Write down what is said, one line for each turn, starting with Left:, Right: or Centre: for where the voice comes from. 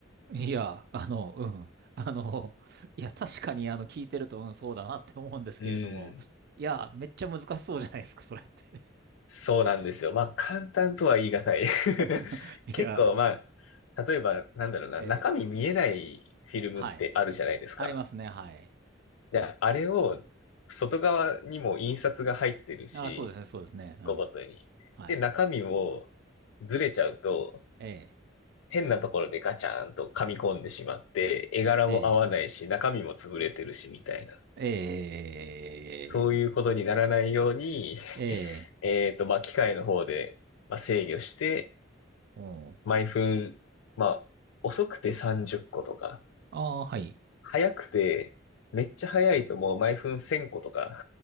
Right: いや、あの、うん。あの、いや、確かに、あの、聞いてると、うん、そうだなって思うんですけれども、
Left: <laughs> うん。
Right: いや、めっちゃ難しそうじゃないですか、それって。
Left: そうなんですよ。まあ簡単とは言い難い。
Right: <laughs>
Left: <laughs> 結構ま
Right: いや、
Left: あ、例えばなんだろうな、
Right: ええ。
Left: 中身見えないフィルムってあるじゃないですか。
Right: はい。ありますね。はい。
Left: で、あれを外側にも印刷が入ってるし、
Right: あ、そうですね。そうですね。うん。
Left: ごごとに。
Right: はい。
Left: で、中身もずれちゃうと、
Right: ええ、
Left: 変なところでガチャーンと噛み込んでしまって、絵柄も合わないし、
Right: ええ、
Left: 中身も潰れてるし、みたいな。
Right: え
Left: そういうことにならないように、
Right: え、ええ、
Left: <laughs> えっと、まあ、機械の方で、まあ、制御して、
Right: うん。うん。
Left: 毎分、まあ、遅くて30個とか、
Right: ああー、はい。
Left: 早くて、めっちゃ早いともう毎分1000個とか、